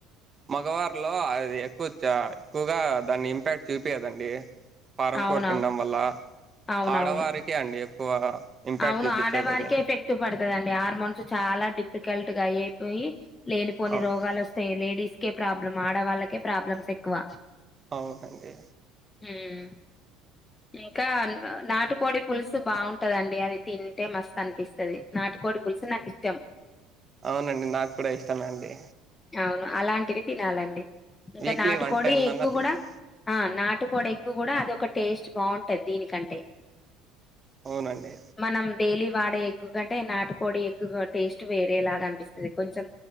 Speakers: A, on the right; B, on the left.
A: మగవారిలో అది ఎక్కువ చ ఎక్కువగా దాన్ని ఇంపాక్ట్ చూపియదండి ఫారం
B: అవునవును
A: కోడి తినడం వల్ల
B: అవునవును
A: ఆడవారికే అండి ఎక్కువ ఇంపాక్ట్
B: అవును
A: చూపించేది
B: ఆడవారికే
A: అది
B: ఎఫెక్ట్ ఉన్ టది హార్మోన్స్ చాలా డిఫికల్ట్ గా అయిపోయి లేనిపోని
A: అవునండి
B: రోగాలు వస్తాయి లేడీస్ కే ప్రాబ్లమ్ ఆడవాళ్ళకే ప్రాబ్లమ్స్ ఎక్కువ
A: అవునండి
B: ఉమ్ ఇంకా నాటుకోడి పులుసు బాగుంటదండి అది తింటే మస్తు అనిపిస్తది నాటుకోడి పులుసు నాకు ఇష్టం
A: అవునండి నాకు కూడా ఇష్టమే అండి
B: అవును అలాంటివి తినాలండి ఇంకా
A: వీక్లీ
B: నాటుకోడి
A: వన్ టైమ్ దన్నా
B: ఎగ్గు
A: తింటా
B: కూడా ఆ నాటుకోడి ఎగ్గు కూడా అద టేస్ట్ బాగుంటది దీనికంటే
A: అవునండి
B: మనం డైలీ వాడే ఎగ్గు కంటే నాటుకోడి ఎగ్గు టేస్ట్ వే రే లాగా అనిపిస్తుది కొంచెం